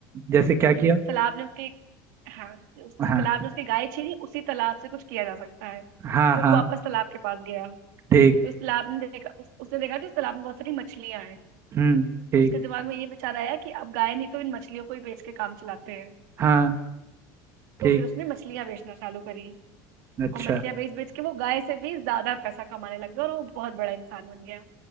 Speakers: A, on the right; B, on the right.
A: जैसे क्या
B: जिस
A: किया
B: तालाब ने उसके हाँ उस जिस
A: हाँ
B: तालाब ने उसकी गाय छीनी उसी तालाब से कुछ किया जा सकता है
A: हाँ
B: तो
A: हाँ
B: वो वापस तालाब के पास गया
A: ठीक
B: तो उस तालाब ने देखा उस, उसने देखा कि उस तालाब में बहुत सारी मछलियां हैं
A: हम्म ठीक
B: उसके दिमाग में ये विचार आया कि अब गाय नहीं तो इन मछलियों को ही बेच के काम चलाते हैं
A: हाँ ठीक
B: तो फिर उसने मछलियां बेचना चालू करी
A: अच्छा
B: और मछलियां बेच बेच के वो गाय से भी ज्यादा पैसा कमाने लग गया और वो बहुत बड़ा इंसान बन गया